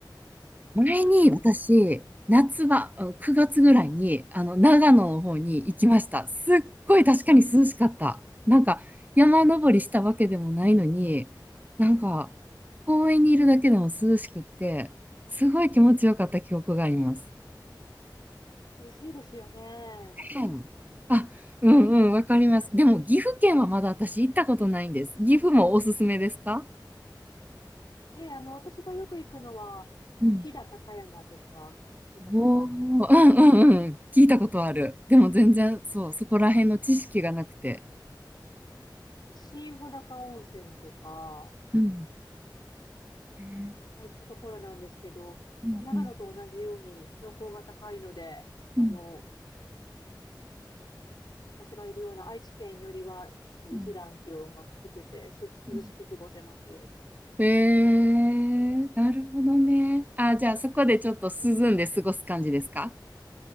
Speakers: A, on the right (about 20°); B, on the left (about 65°).
A: 前に私、
B: 今年に行きます。
A: 夏場、あの9月ぐらいに、あの、長野の方に行きました。
B: うん
A: すっごい確かに涼しかった。なんか、山登りしたわけでもないのに、なんか、
B: うん
A: 公園にいるだけでも涼しくって、すごい気持ちよかった記憶があります。
B: 涼しいですよね。
A: うんあ、うんうん、わかります。でも、岐阜県はまだ私行ったことないんです。岐阜もおすすめですか
B: で、あの、私がよく行くのは、あの、
A: うん。
B: 飛騨高山とか、聞いたことありますね
A: おー、うんうんうん。聞いたことある。でも全然、そう、そこら辺の知識がなくて。
B: あと新穂高温泉とか、
A: うん。へえ
B: ああいったところなんですけど、
A: うんうん
B: まあ、長野と同じように標高が高いので、あの、
A: うん
B: 私がいるような愛知県よりは、こう一段気温が低くて、
A: うん
B: す涼しく過ごせます。
A: うんへえなるほどね。あ、じゃあそこでちょっと涼んで過ごす感じですか